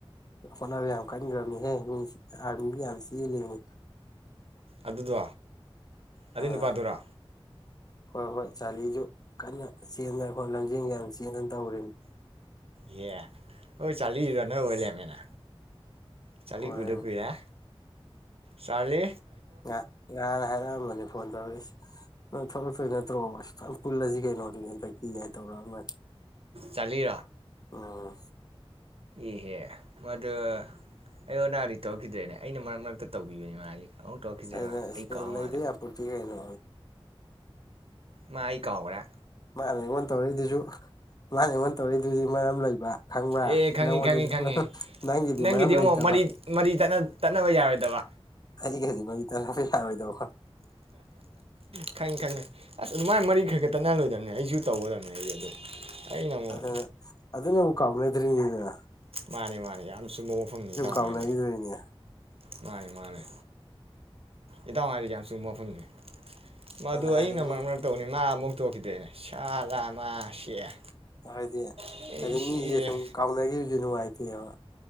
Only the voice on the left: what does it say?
ꯍꯣꯠꯅꯕ ꯌꯥꯝ ꯀꯟꯈ꯭ꯔꯕꯃꯤꯍꯦ ꯃꯤ ꯑꯥꯔꯃꯤꯒꯤ ꯌꯥꯝ ꯆꯦꯜꯂꯤꯅꯤ
ꯑꯥ
ꯍꯣꯏ ꯍꯣꯏ ꯆꯥꯂꯤꯁꯨ ꯀꯟꯅ ꯆꯦꯟꯟꯅ ꯍꯣꯏ ꯂꯝꯖꯦꯟꯒ ꯌꯥꯝ ꯆꯦꯟꯟꯅ ꯇꯎꯔꯤ
ꯍꯣꯏ
ꯉ ꯌꯥ ꯍꯥꯏ ꯅꯦ ꯐꯣꯟ ꯇꯧꯔꯛ ꯅꯣꯏ ꯊꯣꯛꯂꯛꯇꯣꯏ ꯅꯠꯇ꯭ꯔꯣ ꯑꯁ ꯌꯥꯝ ꯄꯨꯜꯂꯁꯤ ꯀꯩꯅꯣꯗꯨꯒꯤ ꯍꯦꯟꯗꯛ ꯀꯤꯒꯥꯏꯅ ꯇꯧꯔꯑ ꯃꯥ
ꯑꯥ
ꯁꯅꯗ
ꯑꯄꯇꯤ ꯀꯩꯅ
ꯃꯥꯅꯦ ꯑꯩꯉꯣꯟꯗ ꯇꯧꯔꯛꯏꯗꯨꯁꯨ ꯃꯥ ꯑꯩꯉꯣꯟ ꯇꯧꯔꯛꯏ ꯑꯗꯨꯗꯤ ꯃꯔꯝ ꯂꯩꯕ ꯈꯪꯕ꯭ꯔꯥ
ꯅꯪꯉꯣꯟꯗꯗꯤ
ꯃꯔꯝ
ꯃꯔꯝ
ꯂꯩꯇꯕ
ꯑꯩꯗꯤ ꯀꯩꯗꯧꯕꯩ ꯃꯔꯤ ꯇꯠꯅꯕ ꯌꯥꯔꯣꯏꯗꯣꯏꯕ
ꯑꯗꯨ ꯑꯗꯨ ꯅꯕꯨ ꯀꯥꯎ ꯑꯗꯨꯅꯤꯗꯅ
ꯀꯥꯎꯅꯈꯤꯗꯣꯏꯅꯦ
ꯑꯗꯨꯅ
ꯍꯥꯏꯗꯤ
ꯃꯤ
ꯍꯥꯏꯗꯤ
ꯍꯥꯏꯗꯤ
ꯃꯤꯖꯦ ꯁꯨꯝ ꯀꯥꯎꯅꯒꯤꯕꯖꯨ ꯅꯨꯡꯉꯥꯏ- ꯇꯦꯕ꯫